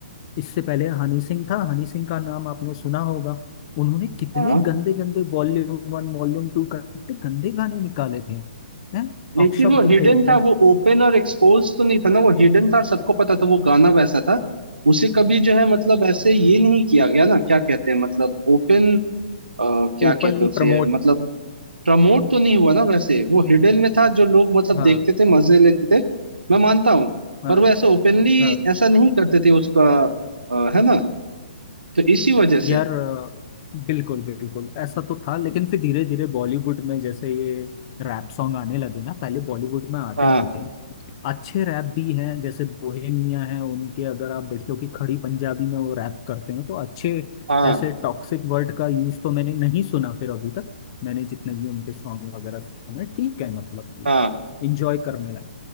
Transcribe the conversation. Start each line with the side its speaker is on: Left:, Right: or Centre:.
Left: इससे पहले हनी सिंह था हनी सिंह का नाम आपने सुना होगा उन्होंने कितने
Right: हाँ
Left: गंदे गंदे वॉल्यूम वन वॉल्यूम टू का कितने गंदे गाने निकाले थे हैं
Right: लेकिन
Left: अपशब्द
Right: वो हिडन
Left: थे एकदम
Right: था वो ओपन और एक्सपोज तो नहीं था ना वो हिडन था और सबको पता था वो गाना वैसा था उसे कभी जो है मतलब ऐसे ये नहीं किया गया ना क्या कहते हैं मतलब ओपन अ, क्या
Left: Openly
Right: कहते हैं उसे
Left: promote
Right: यार मतलब प्रमोट तो नहीं हुआ ना वैसे वो हिडन में था जो लोग मतलब
Left: हाँ
Right: देखते थे मजे लेते थे मैं मानता हूँ
Left: हाँ
Right: पर वो ऐसे ओपनली
Left: हाँ
Right: ऐसा नहीं करते थे उसका अ, है ना तो इसी वजह
Left: यार
Right: से
Left: अ, बिल्कुल बिल्कुल ऐसा तो था लेकिन फिर धीरे धीरे बॉलीवुड में जैसे ये रैप सॉन्ग आने लगे ना पहले बॉलीवुड में आते
Right: हाँ
Left: नहीं थे अच्छे रैप भी हैं जैसे बोहेमिया है उनके अगर आप देख लो कि खड़ी पंजाबी में वो रैप करते हैं तो अच्छे
Right: हाँ
Left: ऐसे टॉक्सिक वर्ड का यूज तो मैंने नहीं सुना फिर अभी तक मैंने जितने भी उनके सॉन्ग वगैरह सुने ठीक है मतलब कि
Right: हाँ
Left: इंजॉय करने लायक